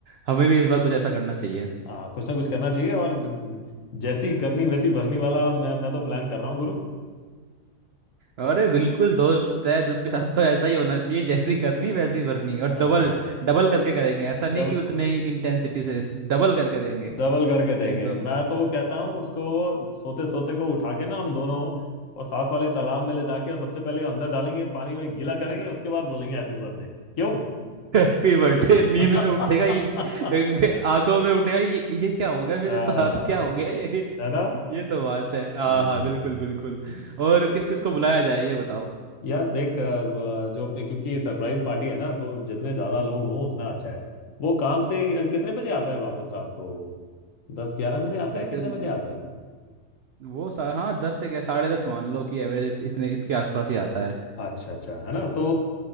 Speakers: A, on the right; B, on the left.
A: हमें भी इस बार कुछ ऐसा करना चाहिए
B: हाँ कुछ ना कुछ करना चाहिए और ज- जैसी करनी वैसी भरनी वाला मैं मैं तो प्लान कर रहा हूँ गुरु
A: अरे बिल्कुल दोस्त है तो उसके साथ तो ऐसा ही होना चाहिए जैसी करनी वैसी भरनी और
B: हाँ
A: डबल डबल करके करेंगे ऐसा नहीं
B: डब,
A: कि उतने ही इंटेंसिटी से डबल करके देंगे
B: डबल करके देंगे
A: एकदम
B: मैं तो कहता हूँ उसको सोते सोते को उठा के ना हम दोनों और साथ वाले तालाब में ले जाके और सबसे पहले अंदर डालेंगे पानी में गीला करेंगे उसके बाद बोलेंगे हैप्पी बर्थडे क्यों
A: Happy birthday नींद
B: <laughs>
A: में उठेगा ये क- आंखों में उठेगा ये ये क्या हो गया मेरे
B: हाँ,
A: साथ क्या हो गया ये
B: है ना
A: ये तो बात है हाँ
B: हम्म
A: हाँ बिल्कुल बिल्कुल और
B: तो
A: किस किस को बुलाया जाए ये बताओ
B: यार देख अ, व- जो अपने क्योंकि सरप्राइज पार्टी है ना तो जितने ज्यादा लोग हों उतना अच्छा है वो काम से अ, कितने बजे आता है वापस रात को दस ग्यारह बजे आता
A: वैसे
B: है कितने
A: म-
B: बजे आता है
A: वो सा, हाँ दस से गया साढ़े दस मान लो कि एवरेज इतने इसके आसपास ही आता है
B: अच्छा अच्छा है ना तो